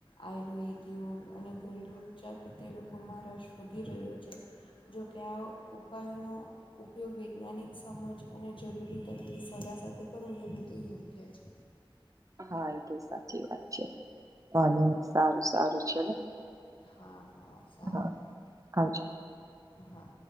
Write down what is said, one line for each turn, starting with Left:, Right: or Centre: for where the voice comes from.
Left: આયુર્વેદ, યોગ અને ઘરેલુ ઉપચાર પ્રતે લોકોમાં રસ વધી રહ્યો છે. જોકે આ ઉપાયોનો ઉપયોગ વૈજ્ઞાનિક સમજ અને જરૂરી તબીબી સલાહ સાથે કરવું એ વધુ યોગ્ય છે.
Right: હા, એ તો સાચી વાત છે. અને એમ સારું સારું ચલો.
Left: હા હા સારું
Right: હા આવજો.
Left: હા.